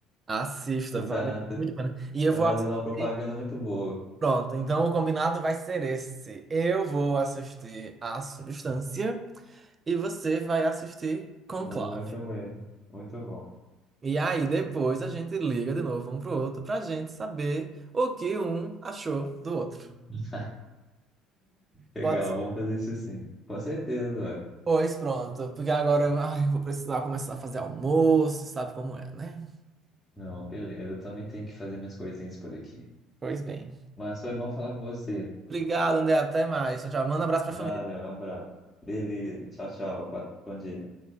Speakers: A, on the right (about 30°); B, on the left (about 20°).
A: Assista,
B: Você
A: vale
B: tá,
A: muito
B: você
A: a pena. E eu
B: tá
A: vou
B: fazendo
A: assistir.
B: uma propaganda muito boa.
A: Pronto, então o combinado vai ser esse. Eu vou assistir A Substância e você vai assistir Conclave.
B: Muito mesmo. Muito bom.
A: E aí depois a gente liga de novo um pro outro pra gente saber o que um achou do outro.
B: <laughs> Legal,
A: Pode ser.
B: vamos fazer isso sim. Com certeza, ué.
A: Pois pronto, porque agora ai, eu vou precisar começar a fazer almoço, sabe como é, né?
B: Não, beleza. Eu também tenho que fazer minhas coisinhas por aqui.
A: Pois bem.
B: Mas foi bom falar com você.
A: Obrigado, André. Até mais. Tchau, tchau. Manda um abraço pra
B: Valeu,
A: família.
B: um abraço. Beleza. Tchau, tchau. Ba- Bom dia.